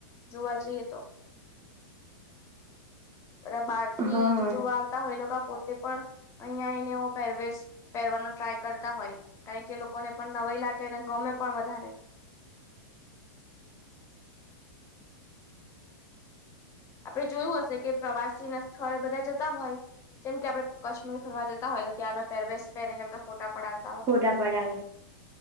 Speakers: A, on the left (about 25°); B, on the right (about 25°).
A: જોવા જઈએ તો. બરાબાર. થી
B: હા
A: જોવા આવતા હોય એ લોકો પોતે પણ અહીયાં એનો પેરવેેશ. પહેરવાનો ટ્રાય કરતા હોય કારણ કે લોકોને પણ નવાઈ લાગને ગમે પણ વધારે આપડે જોયું હશે કે પ્રવાસી ના સ્થળે બધા જતા હોય. જેમ કે આપડે કશ્મીર ફરવા જતા હોય તો ત્યાંનો પેરવેેશ પહેરીને આપણે ફોટા પડાવ.
B: ફોટા પડાવે